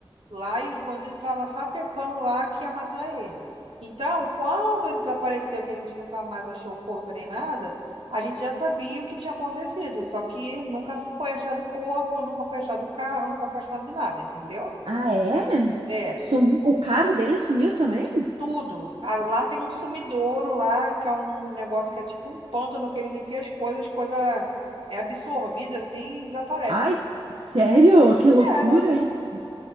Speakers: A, on the right; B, on the right.
A: lá e os bandidos estavam sapecando lá que ia matar ele. Então, quando ele desapareceu, que a gente nunca mais achou o corpo nem nada, a gente já sabia o que tinha acontecido, só que nunca foi achado o corpo, nunca foi achado o carro, nunca foi achado nada, entendeu?
B: Ah, é?
A: É.
B: Sumiu. O carro dele sumiu também?
A: Tudo. Ah, Lá tem um sumidouro lá, que é um negócio que é tipo um pântano que eles enfiam as coisas, coisa é absorvida assim e desaparece.
B: Ai, sério? Que loucura
A: sério
B: isso.